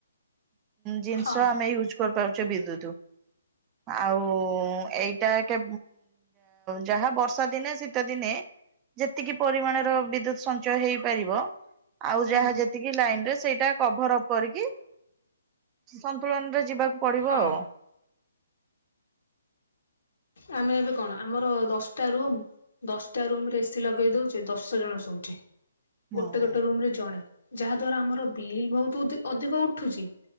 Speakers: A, on the right (about 20°); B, on the left (about 70°).
A: ଜିନିଷ
B: ହଁ
A: ଆମେ ୟୁଜ୍ କରିପାରୁଛେ ବିଦ୍ୟୁତ ଆଉ ଏଇଟା କେ ଯାହା ବର୍ଷା ଦିନେ ଶୀତ ଦିନେ ଯେତିକି ପରିମାଣର ବିଦ୍ୟୁତ ସଞ୍ଚୟ ହେଇପାରିବ ଆଉ
B: ହଁ
A: ଯାହା ଯେତିକି ଲାଇନରେ ସେଇଟା କଭର ଅପ କରିକି ସନ୍ତୁଳନରେ ଯିବାକୁ ପଡିବ
B: ହଁ
A: ଆଉ
B: ଆମେ ଏବେ କଣ ଆମର ଦଶଟା ରୁମ୍ ଦଶଟା ରୁମ ରେ ଏସିି ଲଗେଇ ଦଉଛେ ଦଶ ଜଣ ଶୋଛେ
A: ହୁଁ
B: ଗୋଟେ ଗୋଟେ ରୁମ ରେ ଜଣେ ଯାହା ଦ୍ଵାରା ଆମର ବିଲ୍ ବହୁତ ଅଧିକ ଉଠୁଛି